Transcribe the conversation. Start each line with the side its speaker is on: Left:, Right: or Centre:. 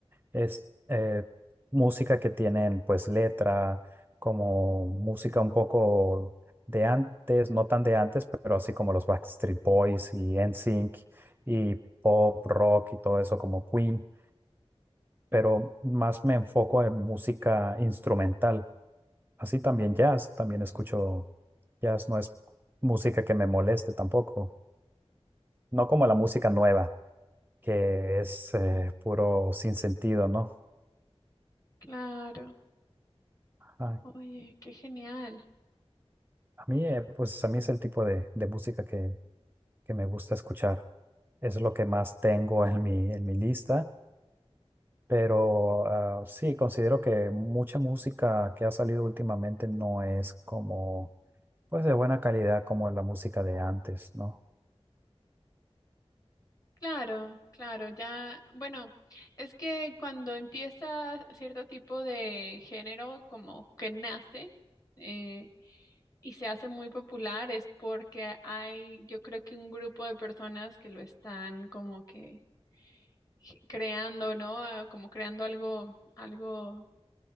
Right: es eh, música que tienen pues letra, como música un poco de antes, no tan de antes, pero así como los Backstreet Boys y NSYNC y pop, rock y todo eso como Queen, pero más me enfoco en música instrumental. Así también jazz, también escucho jazz, no es música que me moleste tampoco, no como la música nueva, que es eh, puro sin sentido, ¿no?
Left: Claro.
Right: Ay,
Left: Oye, qué genial.
Right: a mí, eh, pues a mí es el tipo de, de música que, que me gusta escuchar. Es lo que más tengo en mi, en mi lista, pero ah, sí, considero que mucha música que ha salido últimamente no es como, pues de buena calidad como la música de antes, ¿no?
Left: Claro, claro, ya, bueno, es que cuando empieza cierto tipo de género como que nace eh, y se hace muy popular es porque hay, yo creo que un grupo de personas que lo están como que ge- creando, ¿no? Ah, Como creando algo, algo